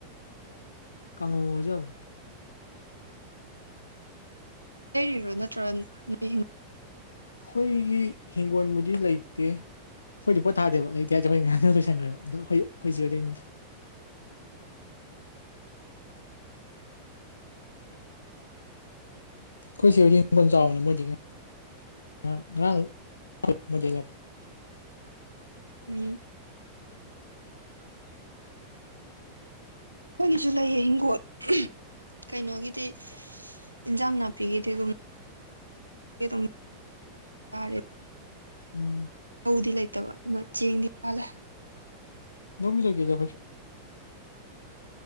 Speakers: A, on the left; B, on the right.
A: ꯀꯥꯡꯉꯧ ꯉꯧꯔꯁꯨ ꯌꯥꯕꯗꯣ
B: ꯂꯩꯔꯤꯔꯣ ꯅꯠꯇ꯭ꯔ ꯅꯣꯏ ꯍꯤꯡ
A: ꯑꯈꯣꯏꯒꯤ ꯍꯤꯡꯒꯣꯟꯕꯨꯗꯤ ꯂꯩꯇꯦ ꯑꯩꯈꯣꯏꯗꯤ ꯄꯣꯠ ꯊꯥꯗꯦꯕ ꯂꯩꯇꯦ ꯍꯥꯏꯁꯦ ꯑꯩꯈꯣꯏ ꯉꯥꯅꯨ ꯂꯣꯏꯁꯟꯈ꯭ꯔꯦꯕ ꯑꯗꯨ ꯑꯗꯨ ꯑꯩꯈꯣꯏꯆꯦ ꯍꯣꯏꯗꯩꯅꯤ ꯑꯩꯈꯣꯏ ꯆꯦ ꯍꯣꯏꯗꯤ ꯍꯤꯡꯒꯣꯜ ꯆꯥꯎꯕꯅꯦ ꯃꯣꯏꯗꯒꯤ ꯉꯔꯥꯡ ꯉꯔꯥꯡ ꯃꯣꯏꯗꯩ ꯂꯧꯔꯛꯄ
B: ꯎꯝ ꯑꯈꯣꯏꯒꯤꯁꯨ ꯂꯩꯌꯦ ꯏꯤꯡꯒꯣꯜ ꯀꯩꯅꯣꯒꯤꯗꯤ ꯏꯟꯖꯥꯡ ꯅꯥꯄꯤꯒꯤꯗꯤ ꯑꯗꯨꯝ <unintelligible>
A: ꯎꯝ
B: ꯂꯧꯗꯤ ꯂꯩꯇꯕ ꯑꯗꯨꯅ ꯆꯦꯡꯗꯤ ꯋꯥꯜꯂꯦ
A: ꯅꯣꯡ ꯂꯩ ꯀꯦꯗꯈꯣꯏ